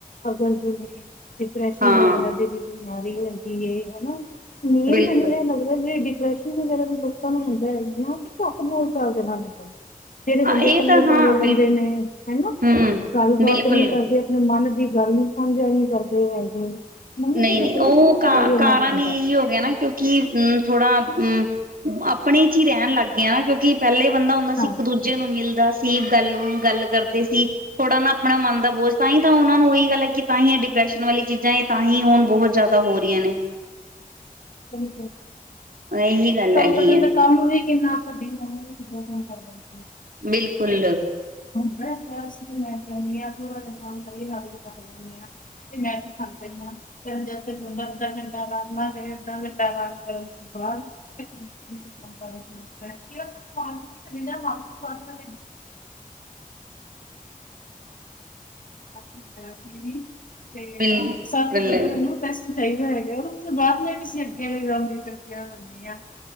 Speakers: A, on the left; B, on the right.
A: ਅਗਰ ਜੀ ਨੇ ਡਿਪਰੈਸ਼ਨ
B: ਹਾਂ
A: ਵਗੈਰਾ ਡੇਲੀ ਬਿਮਾਰੀ ਹੁੰਦੀ ਹਨਾ ਮੇਨ
B: ਬਿਲਕੁਲ
A: ਮੈਂਨੂੰ ਏ ਲੱਗਦਾ ਜ ਪ੍ਰੇਸ਼ਰ ਵਗੈਰਾ ਵੀ ਲੋਕਾਂ ਨੂੰ ਹੁੰਦਾ ਰਹਿੰਦਾ ਾਂ ਚੱ ਬਹੁ ਚੱਲਦੇ ਨੂੰ ਕੋ ਮੇਰੇ ਬੰਦੇ
B: ਇਹ
A: ਕਲੇ
B: ਤਾਂ ਹਾਂ
A: ਕਲੇ ਰਹਿੰਦੇ
B: ਬਿਲਕੁਲ
A: ਨੇ ਹਨਾ
B: ਹੂੰ,
A: ਗੱਲਬਾਤ
B: ਬਿਲਕੁਲ
A: ਨਹੀਂ ਕਰਦੇ ਆਪਣੇ ਮਨ ਗੱਲ ਨੂੰ ਸਮਝਿਆ ਨੀ ਕਰਦੇ ਹੈਗੇ ਮੰਮੀ
B: ਨਹੀਂ
A: ਤਾਂ
B: ਨਹੀਂ
A: ਡਿਪਰੈਸ਼ਨ
B: ਉਹ
A: ਵਗੈਰਾ ਵੀ ਉਹਨਾਂ
B: ਕਾਰਨ
A: ਦੇ ਹੁੰਦਾ।
B: ਇਹੀ ਹੋ ਗਿਆ ਨਾ ਕਿਉਂਕਿ ਥੋੜਾ ਹ ਮ ਆਪਣੇ ਚ ਹੀ ਰਹਿਣ ਲੱਗ ਗਏ ਨਾ ਕਿਉਂਕਿ ਪਹਿਲੇ ਬੰਦਾ ਹੁੰਦਾ ਸੀ
A: ਹਾਂ।
B: ਇੱਕ ਦੂਜੇ ਨੂੰ ਮਿਲਦਾ ਸੀ। ਕੀ ਗੱਲ ਗੱਲ ਕਰਦੇ ਸੀ ਥੋੜ੍ਹਾ ਨਾ ਆਪਣਾ ਮਨ ਦਾ ਬੋਝ ਤਾਂ ਹੀ ਤਾਂ ਉਹਨਾਂ ਨੂੰ ਉਹੀ ਗੱਲ ਹੈ ਕਿ ਤਾਂ ਹੀ ਇਹ ਡਿਪਰੈਸ਼ਨ ਵਾਲੀ ਚੀਜ਼ਾਂ ਤਾਂ ਹੀ ਹੁਣ ਬਹੁਤ ਜ਼ਿਆਦਾ ਹੋ ਰਹੀਆਂ ਨੇ।
A: <unintelligible> ਚਲੋ
B: ਇਹੀ ਗੱਲ ਹੈਗੀ
A: ਪਹਿਲੇ
B: ਹੈ
A: ਤਾਂ ਕੰਮ ਵੀ ਕਿੰਨਾ ਸਡੀ <unintelligible> ਕਿੱਦਾਂ ਗੱਲ ਕਰ ਲੈਣ।
B: ਬਿਲਕੁਲ।
A: ਮੈਂ ਕਿਹਾ ਸੀ ਮੈਂ ਕਹਿਨੀ ਹਾਂ ਥੋੜਾ ਜਿਹਾ ਅਰਾਮ ਕਰ ਲਈਏ <unintelligible> ਤੇ ਮੈਂ ਥੱਕ ਪਈ ਹਾਂ ਕਿੰ ਜਦ ਤਕ ਬੰਦਾ ਅੱਧਾ ਘੰਟਾ ਅਰਾਮ ਨਾ ਕਰੇ <unintelligible> ਅੱਧਾ ਮਿੰਟ ਦਾ ਆਰਾਮ ਕਰਣ ਤੋ ਬਾਅਦ। <unintelligible> <unintelligible> ਮੈਂ ਕਿਹਾ ਤੁਹਾਨੂੰ ਟੀਂਡਿਆ ਬਣਾ <unintelligible> ਕਿੰਨਾ ਕੰਮ ਕਰ <unintelligible> <unintelligible> ਬੀ ਬੈਕ ਕਲੀਨਿੰਗ। <unintelligible> ਤੇ
B: ਬਿਲ
A: ਸਭ
B: ਬਿਲ
A: ਤੋਂ ਪਹਿਲਾਂ ਤੁੈਨੂੰ ਰਿਕੁਐਸਟ ਕੀ <unintelligible> ਚਾਹੀਦਾ ਹੈਗਾ ਉਸ ਤੋਂ ਬਾਅਦ ਮੈਂ ਕਿਸੇ ਅੱਗੇ ਦੇ ਗਵਾਂਡੀ ਦੀ ਇਧਰ ਰਿਪੀਅਰ ਹੁੰਦੀ ਆ। <unintelligible>